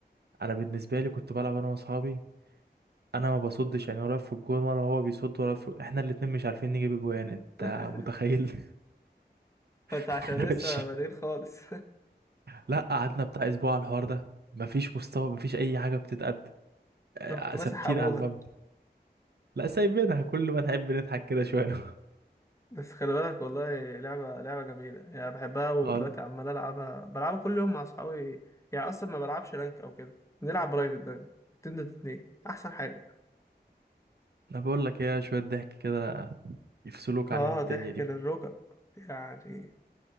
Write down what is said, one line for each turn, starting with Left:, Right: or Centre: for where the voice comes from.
Right: انا بالنسبة لي كنت بلعب انا واصحابي انا ما بصدش يعني ولا في الجون ولا هو بيصد ولا في احنا الاتنين مش عارفين نجيب جوان انت
Left: <laughs>
Right: متخيل
Left: انت
Right: <laughs>
Left: عشان
Right: احنا
Left: لسه
Right: ماشيين
Left: بادئين خالص
Right: لا قعدنا بتاع اسبوع على الحوار ده مفيش مستوى مفيش اي حاجة بتتقدم آه،
Left: <laughs> رحت ماسح
Right: ثابتين
Left: ابوها
Right: على المبدأ لا سايبينها كل ما نحب نضحك كده شوية
Left: بس خلي بالك والله لعبة لعبة جميلة يعني بحبها ودلوقتي
Right: <laughs>
Left: عمال ألعبها بلعبها كل يوم مع أصحابي يعني أصلا ما بلعبش رانك أو كده بنلعب برايفت دايما اتنين ضد اتنين أحسن حاجة
Right: انا بقول لك ايه شويه ضحك كده يفصلوك
Left: اه
Right: عن الدنيا
Left: ضحك
Right: دي
Left: للركب يعني